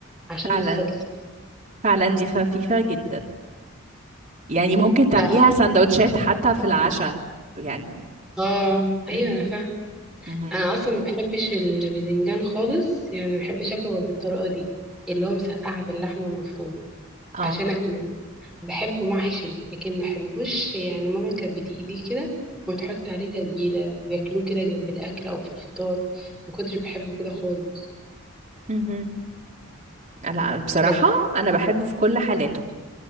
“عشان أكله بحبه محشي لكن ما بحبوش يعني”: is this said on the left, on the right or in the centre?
Centre